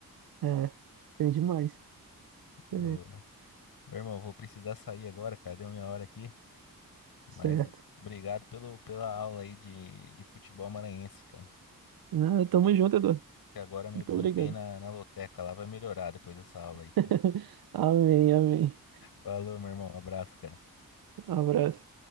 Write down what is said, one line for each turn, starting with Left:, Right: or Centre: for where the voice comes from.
Right: É, tem demais.
Left: Ô,
Right: É,
Left: Meu irmão, vou precisar sair agora, cara. Deu minha hora aqui. Mas
Right: certo.
Left: obrigado pelo, pela aula aí de, de futebol maranhense, cara.
Right: Não, tamo junto, Eduardo.
Left: Que agora meu
Right: Muito
Left: desempenho
Right: obrigado.
Left: na, na loteca lá vai melhorar depois dessa aula aí, cara.
Right: <laughs> Amém, amém.
Left: Falou, meu irmão. abraço, cara.
Right: Abraço.